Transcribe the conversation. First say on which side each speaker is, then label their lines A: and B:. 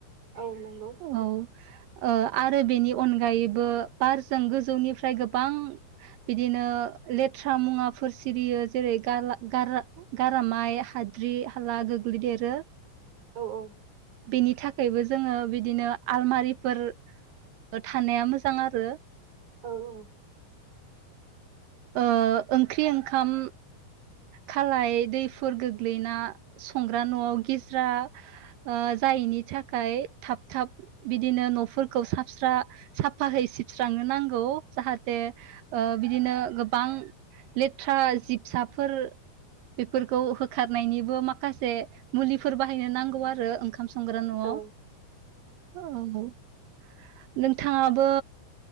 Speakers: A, on the right; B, on the right.
A: औ नंगौ
B: औ। ओ आरो बेनि अनगायैबो बारजों गोजौनिफ्राय गोबां बिदिनो लेथ्रा मुवाफोर सिरियो जेरै गारला गार गारामाइ हाद्रि हाला गोग्लैदेरो।
A: औ औ।
B: बेनि थाखायबो जोंङो बिदिनो आलमारिफोर थानाया मोजां आरो।
A: औ औ।
B: ओ ओंख्रि ओंखाम खालाय दैफोर गोग्लैना संग्रा न'आव गिज्रा ओ जायैनि थाखाय थाब थाब बिदिनो न'फोरखौ साबस्रा साफाहै सिबस्रांनो नांगौ। जाहाथे ओ बिदिनो गोबां लेथ्रा जिब फिसाफोर बेफोरखौ होखारनायनिबो माख खासे मुलिफोर बाहायनो नांगौ आरो ओंखाम स संग्रा न'आव
A: औ
B: औ नोंथाङाबो